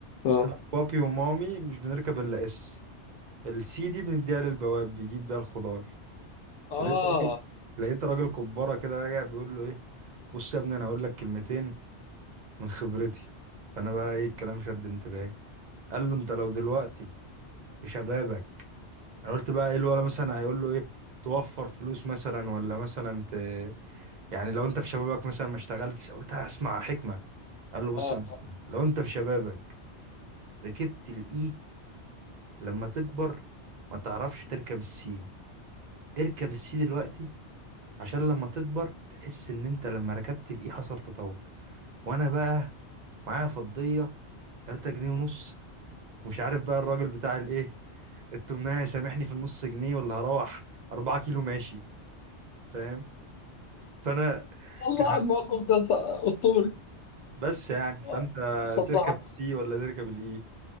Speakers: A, on the left (about 80°); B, on the right (about 50°).
A: اه
B: انا بابي ومامي مش بنركب الا اس السي دي بنديها للبواب بيجيب بيها الخضار
A: اه
B: فلقيت راجل لقيت راجل كبارة كده راجع بيقول له ايه بص يا ابني انا هقول لك كلمتين من خبرتي فانا بقى ايه الكلام شد انتباهي قال له انت لو دلوقتي في شبابك انا قلت بقى ايه الولا مثلا هيقول له ايه توفر فلوس مثلا ولا مثلا ت... يعني لو انت في شبابك مثلا ما اشتغلتش قلت هسمع حكمة قال له بص
A: اه
B: أنا- لو انت في شبابك ركبت الاي لما تكبر ما تعرفش تركب السي اركب السي دلوقتي عشان لما تكبر تحس ان انت لما ركبت الاي حصل تطور وانا بقى معايا فضية 3 جنيه ونص ومش عارف بقى الراجل بتاع الايه التمناه هيسامحني في النص جنيه ولا هروح 4 كيلو ماشي فاهم فانا
A: والله
B: كان
A: على الموقف ده ص- اسطوري
B: بس يعني فانت
A: آه، صدعت
B: تركب السي ولا تركب الاي